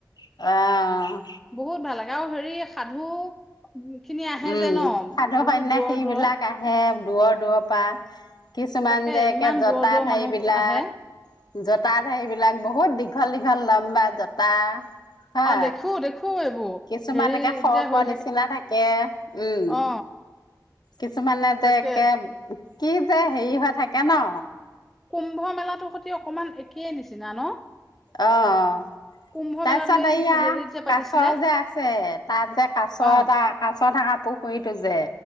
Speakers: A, on the left; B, in the centre.
A: অঁ
B: বহুত ভাল লাগে আৰু হেৰি সাধু খিনি আহে
A: উম
B: যে ন
A: সাধুসন্য়াসী
B: বহুত দূৰৰ দূৰৰ
A: বিলাক আহে দূৰ দূৰৰ পৰা কিছুমান
B: তাকে
A: যে
B: ইমান
A: জতধাৰী
B: দূৰৰ দূৰৰ মানুহ
A: বিলাক
B: আহে
A: জোতা ধাৰী বিলাক বহুত দীঘল দীঘল দীঘল লম্বা জোতা হা
B: অ দেখো দেখো এইবোৰ
A: কিছুমান
B: হেৰি
A: একে খ
B: যে হৈ
A: পৰাৰ নিচিনা থাকে উম
B: অ
A: কিছুমান এ
B: তাকে
A: যে একে কি যে হেৰি হৈ থাকে ন
B: কুম্ভ মেলাৰ সতি অকমান একেই নিচিনা ন
A: অঁ
B: কুম্ভ
A: তাৰপিছত
B: মেলাটো এই
A: এয়া
B: হেৰিত যে পাতিছিলে
A: কাছ যে আছে তাত যে কাছ
B: অ
A: এটা কাছ থকা পুখুৰীত টো যে